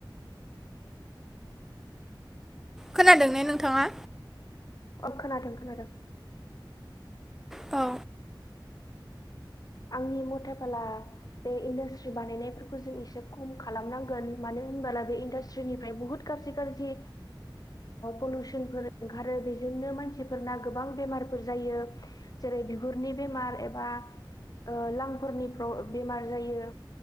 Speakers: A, in the centre; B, on the left.
A: खोनादों ने नोंथाङा
B: अ खोनादों खोनादों
A: औ
B: आंनि मथाफला बे इन्डास्ट्रि बानायनायफोरखौ जों एसे खम खालामनांगोन मानो होनबोला बे इन्डास्ट्रिनिफ्राय बुहुत गाज्रि गाज्रि पलिउसनफोर ओंखारो बेजोंनो मानसिफोरना गोबां बेमारफोर जायो जेरै बिगुरनि बेमार एबा ओ लांफोरनि बेमार जायो